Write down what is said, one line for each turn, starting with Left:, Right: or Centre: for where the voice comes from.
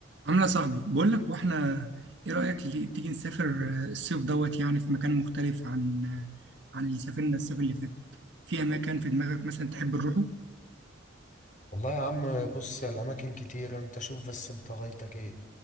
Right: عاملة صاحبي بقول لك واحنا ايه رأيك اللي تيجي نسافر الصيف دوت يعني في مكان مختلف عن عن اللي سافرنا الصيف اللي فات في اماكن في دماغك مثلا تحب نروحه
Left: والله يا عم بص يا الأماكن كتير أنت شوف بس أنت غايتك إيه